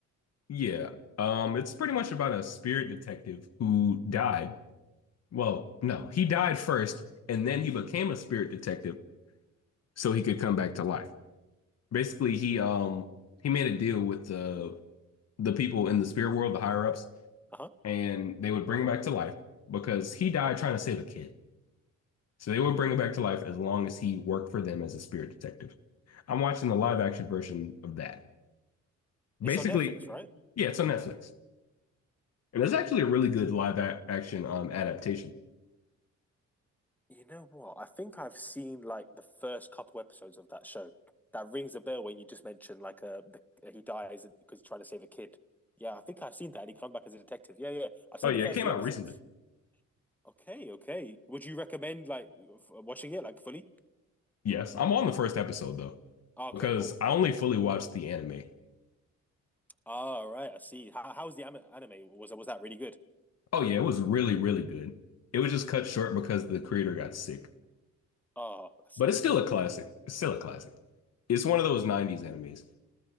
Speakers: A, on the left; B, in the centre.
A: Yeah. Um, it's pretty much about a spirit detective who died. Well, no, he died first, and then he became a spirit detective so he could come back to life. Basically, he um he made a deal with the the people in the spirit world, the higher ups,
B: Uh-huh.
A: and they would bring him back to life because he died trying to save a kid. So they would bring him back to life as long as he worked for them as a spirit detective. I'm watching the live action version of that.
B: It's
A: Basically,
B: on Netflix, right?
A: yeah, it's on Netflix. And there's actually a really good live a- action um, adaptation.
B: You know what? I think I've seen like the first couple episodes of that show. That rings a bell when you just mentioned like uh, the, uh, he dies because he's trying to save a kid. Yeah, I think I've seen that. And he comes back as a detective. Yeah, yeah. I've
A: Oh,
B: seen
A: yeah,
B: the first
A: it came
B: few
A: out
B: episodes.
A: recently.
B: Okay, okay. Would you recommend like f- watching it like fully?
A: Yes, I'm on the first episode though,
B: Ah, Okay,
A: because
B: cool.
A: I only fully watched the anime.
B: All right, I see. How, how's the anime? Was was that really good?
A: Oh, yeah, it was really, really good. It was just cut short because the creator got sick.
B: Oh, that sucks.
A: But it's still a classic. It's still a classic. It's one of those 90s animes,